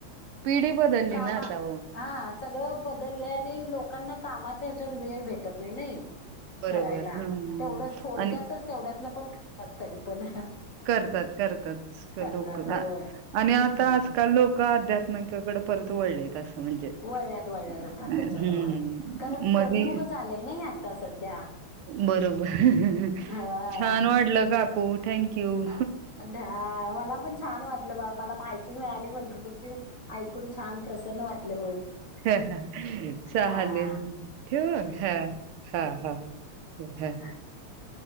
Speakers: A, on the right; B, on the left.
A: पिढी बदलली
B: कामा
A: ना आता हो
B: हा सगळं बदलय आणि लोकांना कामा च्यात वेळ भेटत नाही नाही
A: बरोबर
B: करायला
A: हं हं.
B: तेवढंच थोडक्यातच
A: आणि
B: तेवढ्यात पण तत् तरी पण,
A: करतात करतात
B: करतात
A: लोक
B: होय
A: आणि आता
B: हा.
A: आजकाल लोक अध्या किवाकडे <unintelligible> परत वळलीत अस, म्हणजे
B: वळल्यात वळल्यात
A: हम्
B: आता त्याच्याकडे वळल्यात कारण
A: मधी
B: कलियुगच आलंय नाही आता सध्या
A: बरोबर
B: हा.
A: छान वाढलं काकू थँक यू.
B: अ ा <unintelligible> मला पण छान वाटलं बा मला माहिती मिळाली पंढरपूरची ऐकून छान प्रसन्न वाटल,
A: ह चालेल
B: हा
A: ठेव हा हा हा ह् हम् <unintelligible>
B: चालतंय